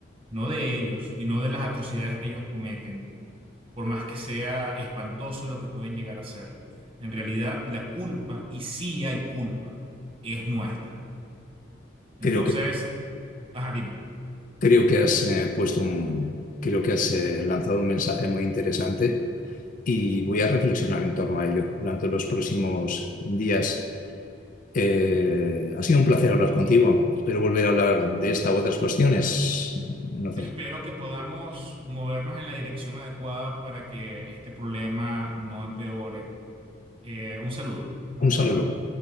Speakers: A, on the right (about 30°); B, on the left (about 45°).
A: no de ellos y no de las atrocidades que ellos cometen, por más que sea espantoso lo que pueden llegar a ser. En realidad, la culpa, y sí hay culpa, es nuestra. Entonces,
B: Creo que,
A: ajá, dime.
B: creo que has eh, puesto un, creo que has eh, lanzado un mensaje muy interesante y voy a reflexionar en torno a ello durante los próximos días Eh, ha sido un placer hablar contigo. Espero volver a hablar de esta u otras cuestiones. en otras-
A: Espero que podamos movernos en la dirección adecuada para que este problema no empeore. Eh, un saludo. Hasta
B: Un
A: luego.
B: saludo.